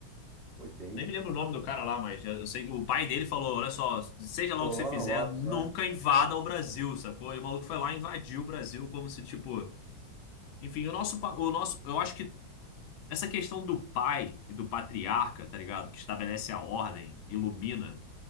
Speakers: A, on the right (about 50°); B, on the left (about 85°).
A: foi bem
B: Nem me lembro o nome do cara lá, mas eu sei que o pai dele falou: olha só, seja
A: Solano
B: lá o que você fizer,
A: Lopes,
B: nunca
A: não é?
B: invada o Brasil, sacou? E o maluco foi lá e invadiu o Brasil como se, tipo. Enfim, o nosso, pa- o nosso, eu acho que Essa questão do pai e do patriarca, tá ligado? Que estabelece a ordem, ilumina